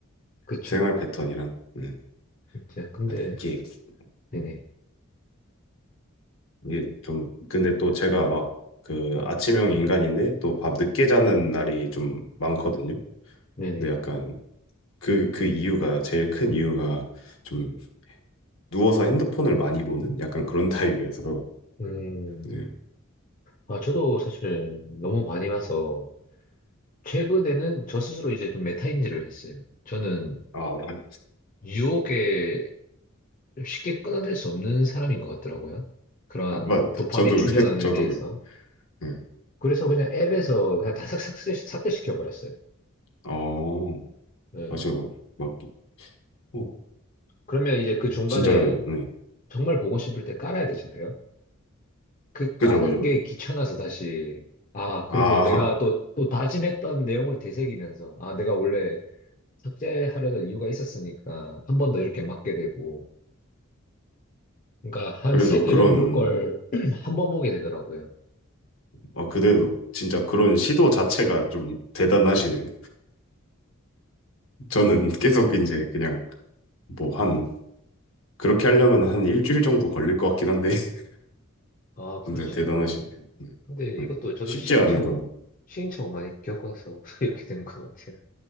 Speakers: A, on the left (about 40°); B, on the left (about 70°).
A: 그쵸.
B: 생활 패턴이랑. 네.
A: 그쵸. 근데,
B: 근데 이게,
A: 네네.
B: 음, 이게 좀, 근데 또 제가 막 그 아침형 인간인데 또 밤 늦게 자는 날이 좀 많거든요.
A: 네네.
B: 근데 약간 그, 그 이유가, 제일 큰 이유가 좀 누워서 핸드폰을 많이 보는 약간 그런 <laughs> 타입이어서.
A: 음,
B: 네.
A: 아, 저도 사실 너무 많이 봐서, 최근에는 저 스스로 이제 좀 메타인지를 했어요. 저는
B: 아, 맞.
A: 유혹에 좀 쉽게 끊어낼 수 없는 사람인 것 같더라고요. 그런
B: 맞.
A: 도파민
B: 저도,
A: 충전원에
B: 그- 저도
A: 대해서.
B: 그래. 네.
A: 그래서 그냥 앱에서 그냥 다 삭- 삭제, 삭제시켜버렸어요.
B: 어,
A: 네.
B: 맞아요. 막, 막, 어,
A: 그러면 이제 그 중간에
B: 진짜, 네.
A: 정말 보고 싶을 때 깔아야 되잖아요. 그
B: 그죠,
A: 까는
B: 그죠.
A: 게 귀찮아서 다시, 아, 그리고
B: 아,
A: 내가 또, 또 다짐했던 내용을 되새기면서, 아, 내가 원래 삭제하려던 이유가 있었으니까 한 번 더 이렇게 맞게 되고, 그러니까 한
B: 그래도
A: 세네
B: 그런,
A: 번 볼 걸 한 번 <clears throat> 보게 되더라고요.
B: 아, 그래도 진짜 그런 시도 자체가 좀 대단하시네. 저는 <laughs> 계속 이제 그냥 뭐 한, 그렇게 하려면 한 일주일 정도 걸릴 것 같긴 한데, <laughs>
A: 아,
B: 진짜
A: 그렇죠.
B: 대단하시네. 네.
A: 근데
B: 네.
A: 이것도 저도
B: 쉽지
A: 시행착오,
B: 않은 건,
A: 시행착오 많이 겪어서 <laughs> 이렇게 된 것 같아요.